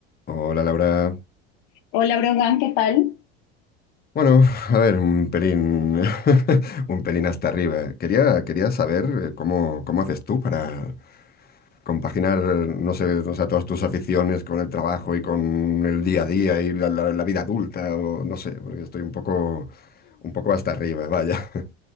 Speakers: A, on the left; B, on the left.
A: Hola Laura.
B: Hola, Brogan, ¿qué tal?
A: Bueno, a ver, un pelín, <laughs> un pelín hasta arriba. Quería, quería saber eh, cómo, cómo haces tú para compaginar, no sé, o sea, todas tus aficiones con el trabajo y con el día a día y la, la- la vida adulta, o no sé, porque estoy un poco, un poco hasta arriba, vaya. <laughs>